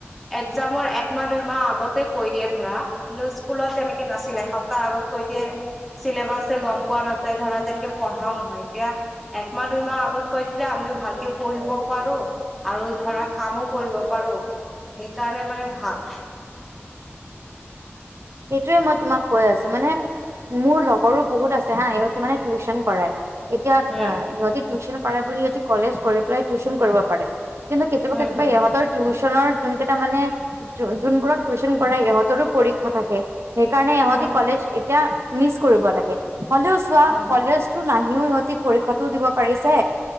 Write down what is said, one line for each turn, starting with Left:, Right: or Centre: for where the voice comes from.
Centre: একজামৰ একমাহ দুইমাহ আগত ততে কৈ দিয়ে ধৰা কিন্তু স্কুলত তেনেকে নাছিলে এসপ্তাহৰ আগত কৈ দিয়ে চছিলেবাছেছে গম পোৱা নাযায় ধৰা তেনেকে পঢ়াও নহয় এতিয়া একমাহ দুইমাহ আগত কৈ দিলে আমি ভালকে পঢ়িবও পাৰো আৰু ধৰা কামো কৰিব পাৰো। সেইকাৰণে মানে ভাল।
Right: সেইটোয়ে মই তোমাক কৈ আছো মানে মোৰ লগৰো বহুত আছে হা ইহতি মানে টিউচন কৰাই। এতিয়া
Centre: হম
Right: ইহতি টিউশচন কৰে বুলি ইহতি কলেজ কৰি পেলাই টিউশচন কৰিব পাৰে। কিন্তু কেতিাবা
Centre: হম
Right: কেতিয়া
Centre: হম
Right: এহতৰ টিও নৰ যোন কেইটা মানে যোনবোৰক টিউশচন কৰা ইহতৰো পৰীক্ষা থাকে। সেইকাৰণে ইহতি
Centre: হম
Right: কলেজ এতিয়া মিচ কৰিব লাগে হলেও চোৱা
Centre: হম
Right: কলেজ টো নাহ। ও সহতি পৰীক্ষাও দিব পাৰিছে